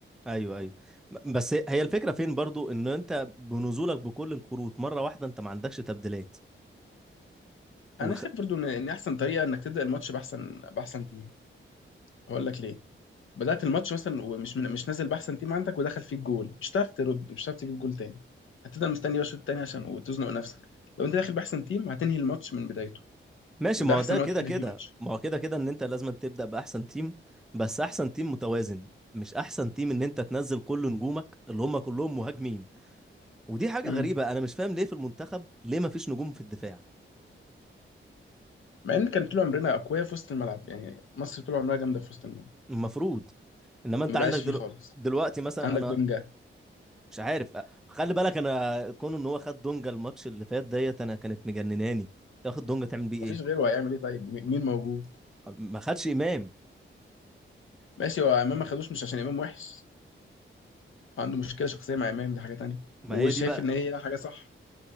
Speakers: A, in the centre; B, on the left (about 70°).
A: ايوه ايوه ب- بس هي الفكره فين برضو ان انت بنزولك بكل الكروت مره واحده انت ما عندكش تبديلات وخ...
B: انا شايف برضو ان ان احسن طريقه انك تبدا الماتش باحسن باحسن تيم هقول لك ليه بدات الماتش مثلا ومش من... مش نازل باحسن تيم عندك ودخل فيك جول مش هتعرف ترد مش هتعرف تجيب جول تاني هتفضل مستني بقى الشوط التاني عشان وتزنق نفسك لو انت داخل باحسن تيم هتنهي الماتش من بدايته
A: ماشي
B: وده
A: ما هو
B: احسن
A: ده كده
B: وقت اللي
A: كده
B: فيه ماتش
A: ما هو كده كده ان انت لازم تبدا باحسن تيم بس احسن تيم متوازن مش احسن تيم ان انت تنزل كل نجومك اللي هم كلهم مهاجمين ودي حاجه
B: امم
A: غريبه انا مش فاهم ليه في المنتخب ليه ما فيش نجوم في الدفاع
B: مع ان كان طول عمرنا اقوياء في وسط الملعب يعني مصر طول عمرها جامده في وسط الملعب
A: المفروض انما انت
B: ما
A: عندك
B: بقاش
A: دلو...
B: فيه خالص
A: دلوقتي مثلا
B: عندك
A: انا
B: دونجا
A: مش عارف أ- خلي بالك انا كون ان هو خد دونجا الماتش اللي فات ديت انا كانت مجنناني تاخد دونجا تعمل بيه
B: مفيش
A: ايه
B: غيره هيعمل ايه طيب م- مين موجود
A: ما خدش امام
B: ماشي هو امام ما خدوش مش عشان امام وحش وعنده مشكله شخصيه مع امام دي حاجه تانية
A: ما
B: وشايف
A: هي دي بقى
B: ان هي حاجه صح